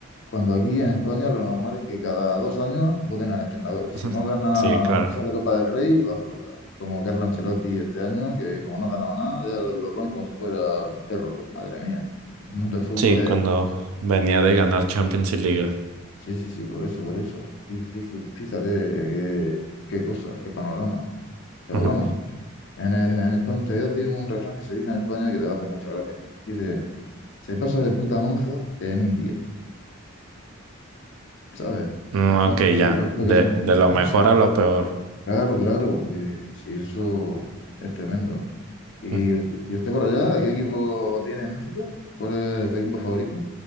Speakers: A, on the left; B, on the right.
A: cuando aquí en España lo normal es que cada dos años voten al entrenador.
B: <laughs>
A: Y si no gana
B: Sí, claro.
A: aunque sea la Copa del Rey, va fuera. Como Carlo Ancelotti este año, que como no ha ganado nada, ya lo, lo ponen como si fuera un perro. Madre mía. El mundo del fútbol
B: Sí,
A: es...
B: cuando
A: bueno,
B: venía de ganar Champions y Liga.
A: Sí, sí, sí, por eso, por eso. Sí, sí, sí. Fíjate qué, qué cosas, qué panorama. Pero
B: Ujú.
A: bueno, en, en España, te voy a decir un refrán que se dice en España que te va a hacer mucha gracia. Dice, se pasa de puta monja en un día. ¿sabes?
B: Mm,
A: O
B: ok,
A: lo,
B: ya.
A: lo-
B: De,
A: lo que significa,
B: de lo
A: ¿no?
B: mejor a lo peor.
A: Claro, claro, oye, sí, eso es tremendo. ¿Y
B: Mm.
A: usted, y usted por allá, qué equipo tiene en México? ¿Cuál es tu equipo favorito?